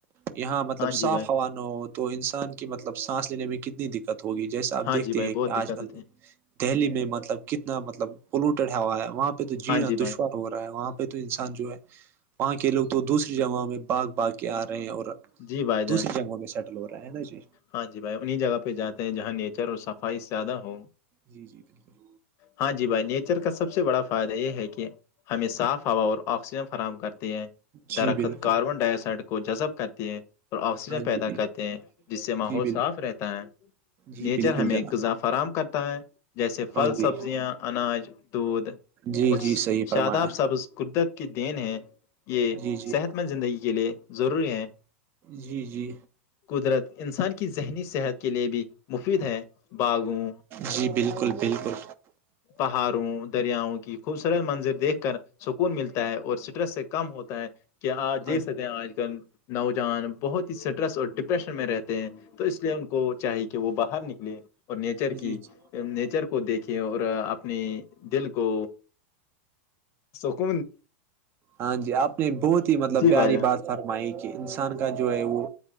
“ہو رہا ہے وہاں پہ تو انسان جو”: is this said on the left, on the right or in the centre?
Right